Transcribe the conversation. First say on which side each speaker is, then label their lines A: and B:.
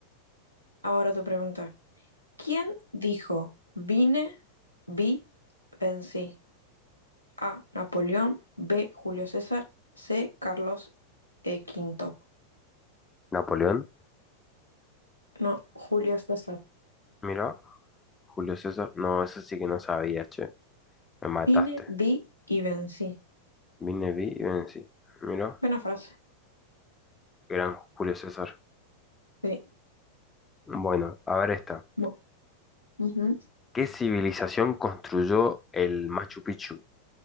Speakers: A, on the left; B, on the left.
A: ahora tu pregunta. ¿Quién dijo vine, vi, vencí? A. Napoleón. B. Julio César. C. Carlos eh, V.
B: Napoleón,
A: No, Julio César.
B: mira. Julio César. No, eso sí que no sabía, che. Me mataste.
A: Vine, vi y vencí.
B: Vine, vi, y ven, sí. Mira.
A: Buena frase.
B: Gran Julio César.
A: Sí.
B: Bueno, a ver esta.
A: Bu- ujú.
B: ¿Qué civilización construyó el Machu Picchu?